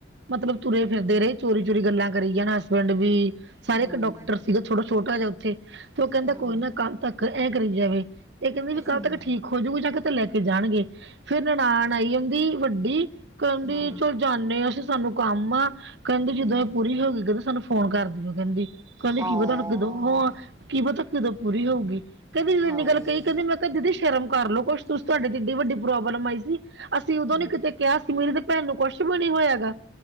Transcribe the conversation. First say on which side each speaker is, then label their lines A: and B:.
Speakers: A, on the right; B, on the right.
A: ਮਤਲਬ ਤੁਰੇ ਫਿਰਦੇ ਰਹੇ ਚੋਰੀ ਚੋਰੀ ਗੱਲਾਂ ਕਰੀ ਜਾਣ ਹਸਬੈਂਡ ਵੀ ਸਾਰੇ
B: ਹੂੰ
A: ਇੱਕ ਡਾਕਟਰ ਸੀਗਾ ਥੋੜਾ ਛੋਟਾ ਜਿਹਾ ਉੱਥੇ, ਤੇ ਉਹ ਕਹਿੰਦਾ
B: ਹੂੰ
A: ਕੋਈ ਨਾ ਕੱਲ ਤੱਕ ਐਂ ਕਰੀ ਜਾਵੇ ਇਹ ਕਹਿੰਦੀ ਵੀ ਕੱਲ
B: ਹੂੰ
A: ਤੱਕ ਠੀਕ ਹੋਜੂਗੀ ਜਾਂ ਕਿਤੇ ਲੈ ਕੇ ਜਾਣਗੇ ਫੇਰ ਨਨਾਣ ਆਈ ਹੁੰਦੀ ਵੱਡੀ, ਕਹਿੰਦੀ
B: ਹੂੰ
A: ਚਲ ਜਾਂਦੇ ਹਾਂ ਅਸੀਂ ਸਾਨੂੰ ਕੰਮ ਆ ਕਹਿੰਦੀ
B: ਹੂੰ
A: ਜਦੋਂ ਇਹ ਪੂਰੀ ਹੋ ਗਈ ਕਹਿੰਦੀ ਸਾਨੂੰ ਫੋਨ ਕਰਦੀਓ ਕਹਿੰਦੀ ਕਹਿੰਦੀ
B: ਹਾਂ
A: ਕੀ ਪਤਾ ਹੁਣ ਕਦੋਂ ਉਹ ਕਿ ਪਤਾ ਕਦੋਂ ਪੂਰੀ ਹੋਊਗੀ ਕਹਿੰਦੀ ਜਦੋਂ
B: ਹਾਏ
A: ਇੰਨੀ ਗੱਲ ਕਹੀ ਕਹਿੰਦੀ ਮੈਂ ਕਹਿੰਦੀ ਦੀਦੀ ਸ਼ਰਮ ਕਰ ਲਓ ਕੁਛ ਤੁਸੀਂ ਤੁਹਾਡੇ ਤੇ ਐਡੀ ਵੱਡੀ ਪ੍ਰੋਬਲਮ ਆਈ ਸੀ ਅਸੀਂ ਉਦੋਂ
B: ਹੂੰ
A: ਨੀ ਕਿਤੇ ਕਿਹਾ ਸੀ ਮੇਰੀ ਦੇ ਭੈਣ ਨੂੰ ਕੁਛ ਵੀ ਨਹੀਂ ਹੋਇਆ ਹੈਗਾ